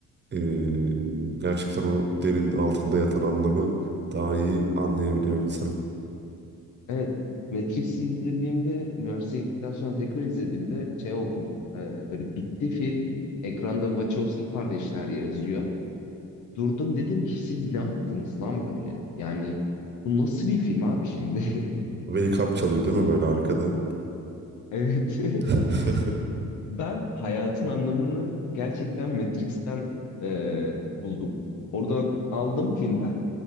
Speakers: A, on the right; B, on the left.
A: eee, gerçekten o derin altında yatan anlamı daha iyi anlayabiliyor insan.
B: evet Matrix'i izlediğimde üniversiteye gittikten sonra tekrar izlediğimde şey oldum. E, böyle bitti film. Ekranda Wachowski kardeşler yazıyor. Durdum dedim ki siz ne yaptınız lan böyle? Yani bu nasıl bir film abi şimdi? <laughs>
A: Wake Up çalıyor değil mi böyle arkada?
B: Evet.
A: <laughs>
B: <laughs> Ben hayatın anlamını gerçekten Matrix'ten e, buldum. Oradan aldım filmden.